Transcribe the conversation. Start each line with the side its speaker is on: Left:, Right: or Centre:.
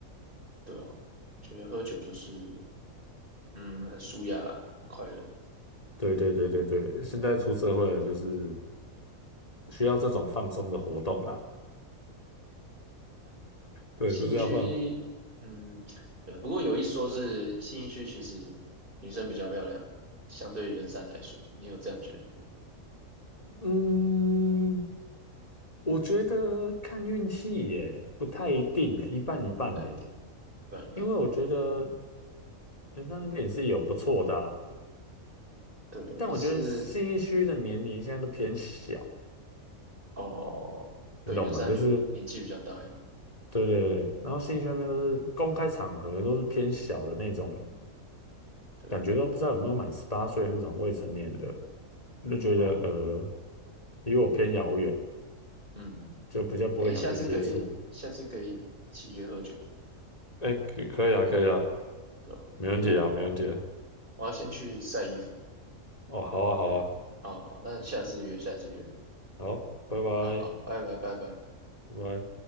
Right: 对哦，觉得喝酒就是嗯很舒压啦很快乐。
Left: 对对对对对，现在出社会了，就是需要这种放松的活动啦。对，
Right: 信义区，
Left: 就是要放。
Right: 嗯，对，不过有一说是信义区其实女生比较漂亮，相对于圆山来说，你有这样觉得吗？
Left: 嗯，我觉得看运气耶，不太一定耶，一半一半的。
Right: 不太一定，一半一半。
Left: 因为我觉得人山那边也是有不错的啊，
Right: 对，我是
Left: 但我觉得信义区的年龄现在都偏小，
Right: 哦，对，
Left: 你懂吗？
Right: 圆山有年纪比较大一点，
Left: 就是对对对，然后信义区那边都是公开场合都是偏小的那种，
Right: 对，
Left: 感觉都不知道有没有满十八岁那种未成年的。我就觉得呃，
Right: 哦，
Left: 离我偏遥远，
Right: 嗯，
Left: 就比较不会想去接触。
Right: 诶，下次可以，下次可以一起约喝酒，
Left: 哎，可可以啊，可以啊，
Right: 对吧？
Left: 没问题啊，
Right: 诶，我
Left: 没问题啊。
Right: 我要先去晒衣服，
Left: 哦，好啊，好啊，
Right: 好好，那下次约，下次约，
Left: 好，拜拜，
Right: 好好，拜拜拜拜。
Left: 拜拜。